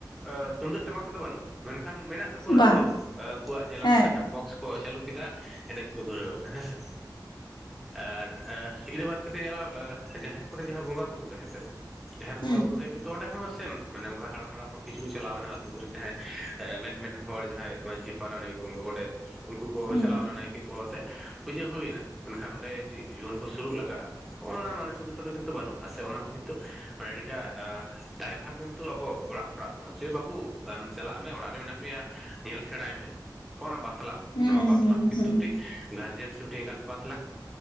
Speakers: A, in the centre; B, on the left.
A: ᱟᱸ ᱛᱩᱢᱫᱟᱹᱜ ᱴᱟᱢᱟᱠ ᱠᱚᱫᱚ ᱵᱟᱹᱱᱩᱜᱼᱟ ᱢᱮᱱᱠᱷᱟᱱ ᱢᱮᱱᱟᱜ ᱛᱟᱠᱚᱣᱟ
B: ᱵᱟ
A: ᱨᱟᱹᱥᱠᱟᱹ ᱫᱚ ᱟᱸ ᱩᱝᱠᱩᱣᱟᱜ ᱧᱮᱞᱟᱢ
B: ᱦᱮᱸ
A: ᱚᱸᱰᱮ ᱦᱟᱸᱜ ᱵᱚᱠᱥ ᱠᱚ ᱪᱟᱹᱞᱩ ᱠᱮᱫᱟ ᱮᱱᱮᱡ ᱠᱚ ᱫᱷᱩᱨᱟᱹᱣᱮᱱᱟ ᱦᱮᱸᱥᱮ᱾ ᱟᱨ ᱟᱸ ᱤᱱᱟᱹ ᱵᱟᱫ ᱠᱟᱛᱮᱜ ᱧᱮᱞᱟᱢ ᱟᱸ ᱡᱟᱦᱮᱨ ᱠᱚᱨᱮ ᱡᱟᱦᱟᱸ ᱵᱚᱸᱜᱟ ᱵᱩᱨᱩ ᱨᱮ ᱦᱮᱸᱥᱮ ᱡᱟᱦᱮᱨ
B: ᱦᱩᱸ
A: ᱵᱚᱸᱜᱟ ᱵᱩᱨᱩ ᱨᱮ ᱠᱤᱱᱛᱩ ᱚᱸᱰᱮ ᱦᱚᱸ ᱥᱮᱢ ᱢᱟᱱᱮ ᱚᱱᱠᱟ ᱦᱟᱲᱟᱢ ᱦᱟᱲᱟᱢ ᱦᱚᱲ ᱠᱤᱪᱷᱩ ᱠᱚ ᱪᱟᱞᱟᱣ ᱮᱱᱟ ᱟᱛᱳ ᱠᱚᱨᱮᱱ ᱡᱟᱦᱟᱸᱭ ᱮᱸ ᱢᱮᱱ ᱢᱮᱱ ᱦᱚᱲ ᱡᱟᱦᱟᱸᱭ ᱢᱟᱺᱡᱷᱤ ᱯᱟᱨᱟᱱᱤᱠ ᱩᱱᱠᱩ ᱜᱳᱰᱮᱛ ᱩᱱᱠᱩ ᱠᱚ
B: ᱦᱩᱸ
A: ᱪᱟᱞᱟᱣᱱᱟ ᱱᱟᱭᱠᱮ ᱠᱚ ᱟᱛᱮᱜ ᱯᱩᱡᱟᱹ ᱦᱩᱭᱱᱟ ᱢᱮᱱᱠᱷᱟᱱ ᱚᱸᱰᱮ ᱡᱮ ᱡᱩᱣᱟᱹᱱ ᱠᱚ ᱥᱩᱨᱩᱜ ᱞᱟᱜᱟᱜᱼᱟ ᱦᱚᱸᱜᱼᱚ ᱱᱟ ᱢᱟᱱᱮ ᱥᱩᱵᱤᱛᱟ ᱫᱚ ᱠᱤᱱᱛᱩ ᱵᱟᱹᱱᱩᱜᱼᱟ᱾ ᱥᱮ ᱚᱱᱟ ᱦᱚᱸ ᱠᱤᱱᱛᱩ ᱢᱟᱱᱮ ᱟᱹᱰᱤᱴᱟ ᱟᱸ ᱫᱟᱭᱵᱷᱟᱨ ᱠᱤᱱᱛᱩ ᱟᱵᱚ ᱚᱲᱟᱜ ᱚᱲᱟᱜ ᱪᱮ ᱵᱟᱹᱵᱩ ᱟᱢ ᱪᱟᱞᱟᱜ ᱢᱮ ᱚᱲᱟᱜ ᱨᱮ ᱢᱮᱱᱟᱜ ᱢᱮᱭᱟ ᱧᱮᱞ ᱥᱮᱬᱟᱭ ᱢᱮ ᱚᱱᱟ ᱵᱟ ᱛᱞᱟᱣ
B: ᱦᱩᱸ
A: ᱱᱚᱣᱟ ᱵᱟᱛᱞᱟᱣ
B: ᱦᱩᱸ
A: ᱦᱚᱸ ᱠᱤᱱᱛᱩ
B: ᱦᱩᱸ
A: ᱢᱤᱜᱴᱤᱡ ᱜᱟᱨᱡᱮᱱ ᱥᱮ ᱢᱤᱫ ᱮᱸᱜᱟᱛ ᱟᱯᱟᱛ ᱞᱟ